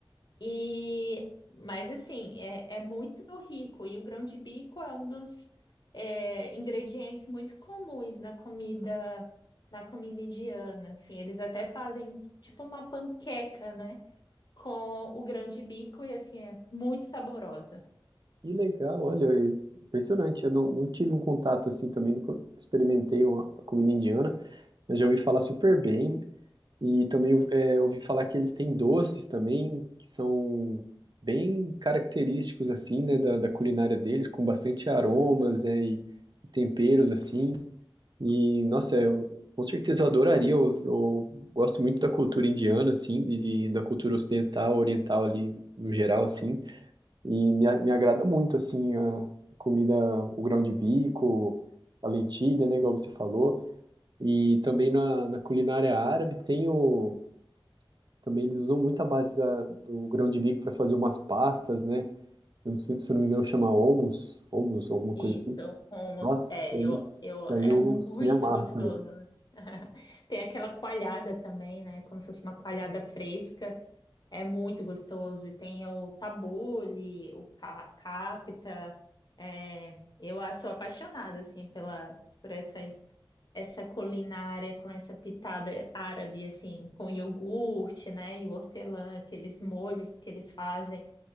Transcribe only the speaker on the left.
E, mas assim, é, é muito rico e o grão de bico é um dos é, ingredientes muito comuns na comida na comida indiana. Assim, eles até fazem tipo uma panqueca, né, com o grão de bico e assim é muito saborosa.
Isso,
hummus,
é,
eu, eu,
é
muito
gostoso.
<laughs> Tem aquela coalhada também, né? Como se fosse uma coalhada fresca, é muito gostoso. E tem o tabule, o ca- kafta. é, eu a- sou apaixonada, assim, pela, por essa, essa culinária com essa pitada árabe, assim, com iogurte, né? E o hortelã, aqueles molhos que eles fazem.